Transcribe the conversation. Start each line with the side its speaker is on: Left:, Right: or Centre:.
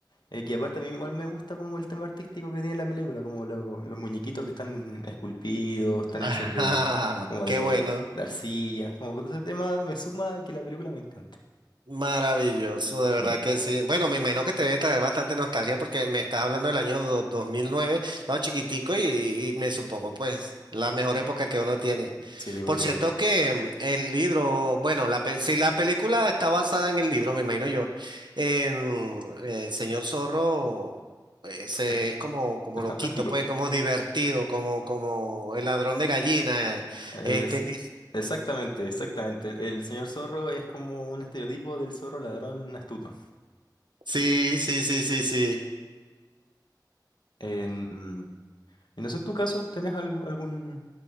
Left: Eh, que aparte a mí igual me gusta como el tema artístico que tiene la película, como lo- los muñequitos que están esculpidos, están
Right: <laughs> Ajá,
Left: hechos de como
Right: qué
Left: de,
Right: bueno.
Left: de arcilla, como que todo ese tema me suma a que la película me encante.
Right: Maravilloso, de verdad
Left: Mm.
Right: que sí. Bueno, me imagino que te debe traer bastante nostalgia porque me estás hablando del año do- dos mil nueve estaba chiquitico y, y me supongo pues la mejor época que uno tiene.
Left: Sí, por
Right: Por
Left: supuesto.
Right: cierto que mm, el libro, bueno, la, pe- si la película está basada en el libro, me imagino yo, eh, mm, el señor Zorro eh, se-
Left: El,
Right: es como, como
Left: el
Right: loquito,
Left: fantástico.
Right: pues como divertido, como, como el ladrón de gallina. eh,
Left: Es
Right: Este, que-
Left: exactamente, exactamente. El, el señor zorro es como un estereotipo del zorro ladrón astuto.
Right: sí, sí, sí, sí, sí.
Left: En, y no sé, en tu caso, ¿tenés algún, algún-